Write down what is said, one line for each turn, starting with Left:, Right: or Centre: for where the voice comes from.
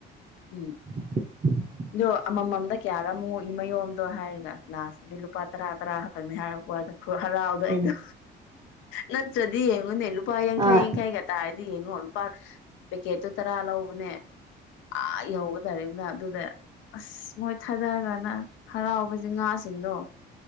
Left: ꯎꯝ
Right: <unintelligible>
Left: ꯑꯗꯣ ꯑꯃꯃꯝꯗ ꯀꯌꯥꯔ ꯑꯃꯨꯛꯏ ꯃꯌꯣꯝꯗꯣ ꯍꯥꯏꯔꯒ ꯂꯥꯁꯇꯗꯤ ꯂꯨꯄꯥ ꯇꯔꯥ ꯇꯔꯥ ꯈꯛꯇꯪꯅꯤ ꯍꯥꯏꯔꯛꯄ ꯈꯨꯍꯥꯔꯥꯎꯗꯣ
Right: ꯍꯣꯏ
Left: ꯑꯩꯗꯣ
Right: ꯎꯝ ꯍꯣꯏ
Left: ꯅꯠꯇ꯭ꯔꯗꯤ ꯌꯦꯡꯉꯨꯅꯦ ꯂꯨꯄꯥ ꯌꯥꯡꯈꯩ
Right: ꯑꯣ
Left: ꯌꯥꯡꯈꯩꯒ ꯇꯔꯗꯤ ꯌꯦꯡꯉꯣ ꯂꯨꯄꯥ ꯄꯦꯀꯦꯠꯇꯨ ꯇꯔꯥ ꯂꯧꯕꯅꯦ ꯑꯥ ꯌꯧꯒ ꯊꯥꯗꯔꯤꯝꯅ ꯑꯗꯨꯗꯥ ꯑꯁ ꯃꯣꯏ ꯊꯥꯗꯔꯀꯥꯟꯗꯥ ꯍꯔꯥꯎꯕꯁꯦ ꯉꯥꯁꯤꯡꯗꯣ